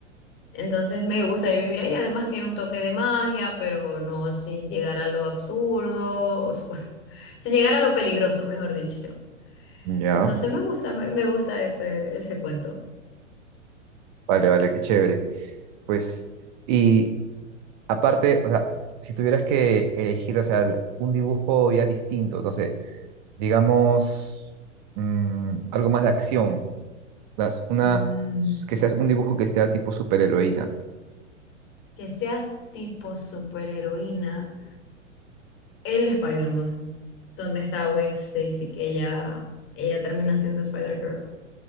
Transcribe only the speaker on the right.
Ya,
vale, vale, qué chévere. Pues, y aparte, o sea, si tuvieras que elegir, o sea, un dibujo ya distinto, no sé, digamos, mm, algo más de acción, las- una,
que seas un dibujo que sea tipo superheroína.